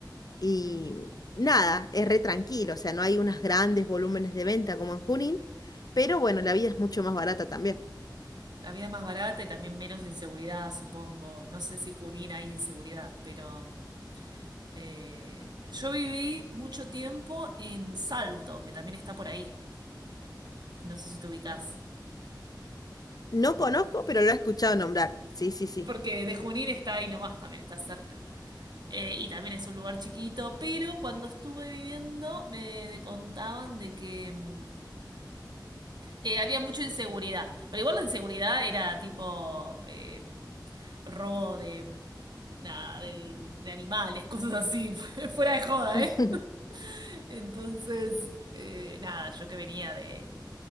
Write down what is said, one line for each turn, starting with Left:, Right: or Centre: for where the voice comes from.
Left: y
Right: sí.
Left: nada, es re tranquilo, o sea, no hay unos grandes volúmenes de venta como en Junín, pero bueno, la vida es mucho más barata también.
Right: La vida es más barata y también menos inseguridad, supongo. No sé si Junín hay inseguridad, pero mm, eh, yo viví mucho tiempo en Salto, que también está por ahí. No sé si te ubicás.
Left: No conozco, pero lo he escuchado nombrar. Sí, sí, sí.
Right: Porque de Junín está ahí nomás, también está cerca. Eh, y también es un lugar chiquito, pero cuando estuve viviendo me de- contaban de que mm, eh, había mucha inseguridad. Pero igual la inseguridad era tipo eh, robo de, nada, de, de animales, cosas así, <laughs> fu- fuera de joda,
Left: <laughs>
Right: ¿eh? <laughs> Entonces, eh, nada, yo que venía de,